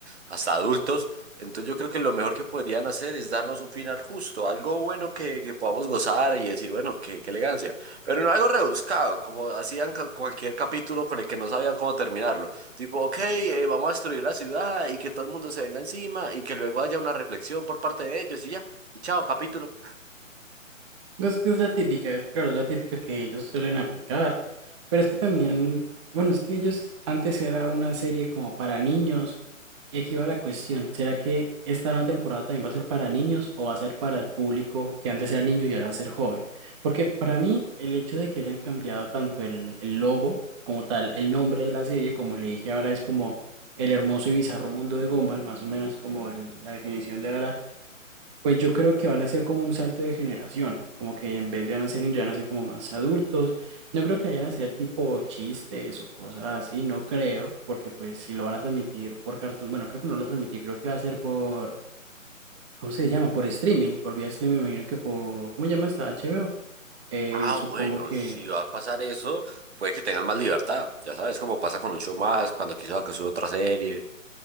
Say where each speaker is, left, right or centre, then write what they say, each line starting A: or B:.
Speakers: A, on the right; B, on the right.
A: hasta adultos. Entonces yo creo que lo mejor que podrían hacer es darnos un final justo, algo bueno que, que podamos gozar y decir, bueno, qué, qué elegancia. Pero no algo rebuscado, como hacían ca- cualquier capítulo con el que no sabían cómo terminarlo. Tipo, ok, eh, vamos a destruir la ciudad y que todo el mundo se venga encima y que luego haya una reflexión por parte de ellos y ya. Y chao, capítulo.
B: No, Es que es la típica, es claro, es la típica que ellos suelen aplicar. Pero es que también, bueno, es que ellos antes era una serie como para niños. Y aquí va la cuestión, ¿será que esta nueva temporada también va a ser para niños o va a ser para el público que antes era niño y ahora va a ser joven? Porque para mí el hecho de que hayan cambiado tanto el, el logo como tal, el nombre de la serie, como le dije ahora, es como el hermoso y bizarro mundo de Gumball, más o menos como el- la definición de ahora pues yo creo que van a ser como un salto de generación, como que en vez de van a ser niños, van a ser como más adultos. No creo que vayan a ser tipo chistes o cosas así, no creo, porque pues si lo van a transmitir por Cartoon, bueno, creo que no lo transmití, creo que va a ser por, ¿cómo se llama? Por streaming, por vía streaming, me imagino que por, ¿cómo se llama esta? HBO. Eh,
A: Ah,
B: supongo
A: bueno,
B: que,
A: si va a pasar eso, puede que tengan más libertad. Ya sabes cómo pasa con un show más, cuando quiso que suba otra serie.